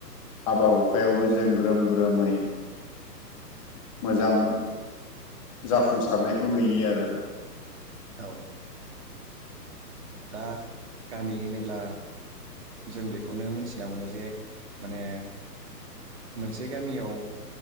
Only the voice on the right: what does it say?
औ
औ दा गामि होनोब्ला जों बेखौनो मोनथिना मोनो जे माने मोनसे गामियाव